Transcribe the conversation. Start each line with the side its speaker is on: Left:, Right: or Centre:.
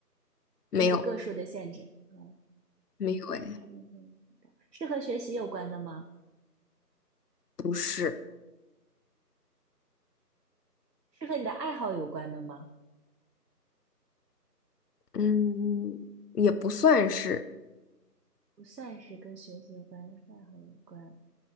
Left: 没有，
Right: 问题个数的限制？啊，
Left: 没有，
Right: 不是插电才能用
Left: 哎，
Right: 是和学习有关的吗？
Left: 不是，
Right: 是和你的爱好有关的吗？
Left: 嗯，也不算是，
Right: 不算是跟学习有关，爱好有关。